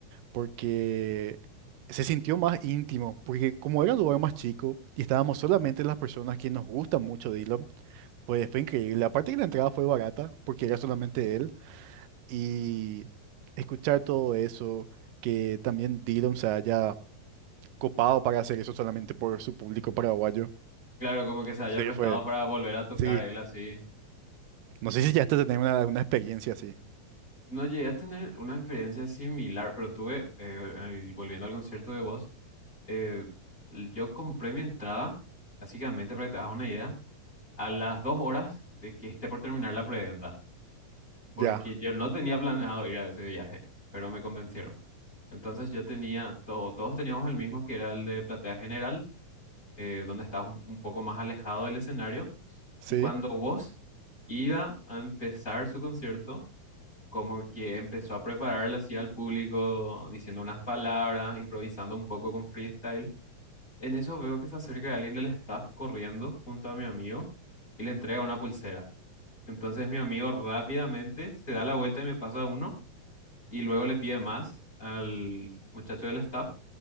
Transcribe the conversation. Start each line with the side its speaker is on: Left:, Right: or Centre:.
Right: porque se sintió más íntimo, porque como era un lugar más chico y estábamos solamente las personas que nos gustan mucho Dylan, pues fue increíble. Aparte que la entrada fue barata, porque era solamente él, y escuchar todo eso, que también Dylan se haya copado para hacer eso solamente por su público paraguayo,
Left: Claro, como que se
Right: en
Left: haya
Right: serio
Left: prestado
Right: fue,
Left: para volver a tocar
Right: sí.
Left: él así.
Right: No sé si ya hasta tener una, una experiencia así.
Left: No llegué a tener una experiencia similar, pero tuve, eh, el- volviendo al concierto de Voz, eh, yo compré mi entrada, básicamente para que te hagas una idea, a las dos horas de que esté por terminar la preventa, porque
Right: Ya,
Left: yo no tenía planeado ir a ese viaje, pero me convencieron. Entonces yo tenía, todo, todos teníamos el mismo, que era el de platea general, eh, donde estabas un, un poco más alejado del escenario,
Right: sí,
Left: y cuando Voz iba a empezar su concierto, como que empezó a prepararla así al público, diciendo unas palabras, improvisando un poco con freestyle. En eso veo que se acerca alguien del staff corriendo junto a mi amigo y le entrega una pulsera. Entonces mi amigo rápidamente se da la vuelta y me pasa uno y luego le pide más al muchacho del staff